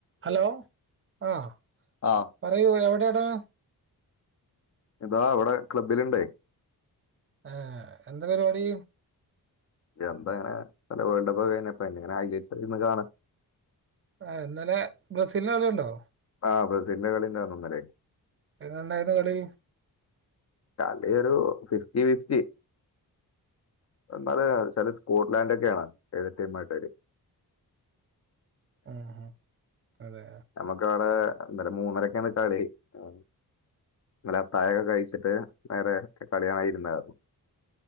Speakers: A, on the right; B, on the left.
A: Hello ആ
B: ആഹ്
A: പറയൂ എവിടെയടാ
B: ഇതാ ഇവിടെ ക്ലബ്ബില്ണ്ടേ
A: ഏ എന്താ പരിപാടി
B: എന്ത അങ്ങനെ പല വേൾഡ് കപ്പ് കഴിഞ്ഞപ്പങ്ങന്നിങ്ങനെ <unintelligible> ഇര്ന്ന് കാണ
A: ആ ഇന്നലെ ബ്രസീല്ൻ്റെ കളികണ്ടൊ
B: ആ ബ്രെസീലിന്റെ കളി ഉണ്ടായിരുന്നു ഇന്നലെ
A: എങ്ങനെയുണ്ടായിരുന്നു കളി
B: കളിയൊരു ഫിഫ്റ്റി ഫിഫ്റ്റി എന്നാല് ചില സ്കോട്ട്ലാൻഡ ഒക്കെയാണ് എതിർടീമായിട്ട് വര്യ
A: ആ ആ അതെ
B: നമുക്ക് അവിടെ എന്തര് മൂന്നരക്കാണ് കളി ആ ഇന്നലെ അത്താഴംയൊക്കെ കഴിച്ചിട്ട് നേറെ കളി കാണാ ഇരുന്നത്